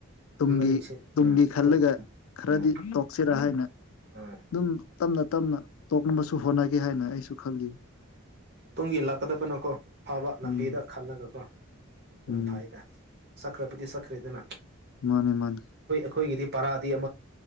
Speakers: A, on the left; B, on the right.
A: ꯇꯨꯡꯒꯤ
B: ꯅꯤꯡꯁꯤꯡ
A: ꯇꯨꯡꯒꯤ
B: ꯎꯝ
A: ꯈꯜꯂꯒ
B: ꯇꯨꯡ
A: ꯈꯔꯗꯤ
B: ꯎꯝ
A: ꯇꯣꯛꯁꯤꯔꯥ ꯍꯥꯏꯅ ꯑꯗꯨꯝ
B: ꯎꯝ
A: ꯇꯞꯅ ꯇꯞꯅ ꯇꯣꯛꯅꯕꯁꯨ ꯍꯣꯠꯅꯒꯦ ꯍꯥꯏꯅ ꯑꯩꯁꯨ ꯈꯜꯂꯤ
B: ꯇꯨꯡꯒꯤꯜꯂꯥꯛꯀꯗꯕꯅꯀꯣ ꯐꯥꯕ ꯂꯝꯕꯤꯗ
A: ꯎꯝ
B: ꯈꯜꯂꯒꯀꯣ ꯎ
A: ꯎꯝ
B: ꯐꯥꯏꯗ ꯁꯛꯈ꯭ꯔꯕꯨꯗꯤ ꯁꯛꯈ꯭ꯔꯦꯗꯅ
A: ꯃꯥꯅꯦ ꯃꯥꯅꯤ
B: ꯑꯩꯈꯣꯏꯒꯤꯗꯤ ꯄꯔꯥꯗꯤ